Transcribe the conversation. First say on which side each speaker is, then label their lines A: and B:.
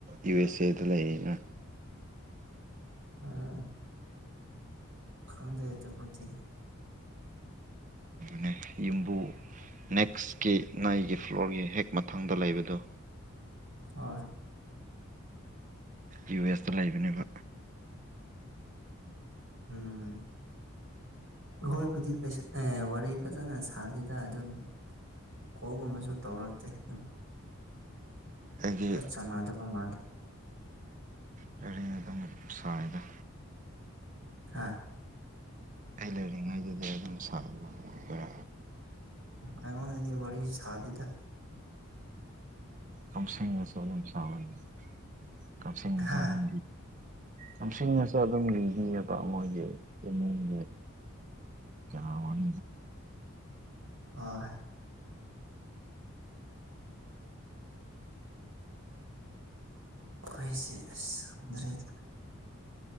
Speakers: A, on the right; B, on the right.
A: ꯌꯨ ꯑꯦꯁ ꯑꯦꯗ ꯂꯩ ꯑꯅ
B: ꯑꯥ ꯈꯪꯗꯦ ꯆꯦ ꯄꯨꯠꯇ
A: ꯅꯦꯌꯨꯝꯕꯨ ꯅꯦꯛꯁꯀꯤ ꯅꯩꯒꯤ ꯐ꯭ꯂꯣꯔꯒꯤ ꯍꯦꯛ ꯃꯊꯪꯗ ꯂꯩꯕꯗꯨ
B: ꯑꯣ
A: ꯌꯨ ꯑꯦꯁꯇ ꯂꯩꯕꯅꯦꯕ
B: ꯎꯝ ꯑꯩꯈꯣꯏꯕꯨꯗꯤ ꯋꯥꯔꯤ ꯐꯖꯅ ꯁꯥꯗꯦꯗ ꯑꯗꯨꯝ ꯀꯣꯜꯒꯨꯝꯕꯁꯨ ꯇꯧꯔꯛꯇꯦ ꯑꯗꯨꯝ
A: ꯑꯩꯒꯤ
B: ꯈꯔ ꯆꯥꯟꯅꯗꯕ ꯃꯥꯜꯂꯦ
A: ꯀꯔꯤ ꯑꯗꯨꯝ ꯁꯔꯗ
B: ꯑꯥ
A: ꯑꯩ ꯂꯩꯔꯤꯉꯩꯗꯨꯗꯤ ꯑꯗꯨꯝ ꯁꯔ
B: ꯑꯩꯉꯣꯟꯗꯤ ꯋꯥꯔꯤ ꯁꯥꯗꯗꯥ
A: ꯀꯝꯁꯤꯡ ꯃꯁꯂꯝ ꯁꯥꯕꯅꯤ ꯀꯝꯁ ꯃꯁꯂꯝ
B: ꯍꯥ
A: ꯅꯤꯡꯁꯤꯡꯉꯁꯨ ꯑꯗꯨꯝ ꯂꯤꯈꯤꯌꯦꯗꯣ ꯃꯣꯏꯒꯤ ꯏꯃꯨꯡꯒꯤ ꯁꯂꯝ
B: ꯑꯥ ꯑꯩꯈꯣꯏꯁꯦ ꯑꯁꯗꯔꯦꯗ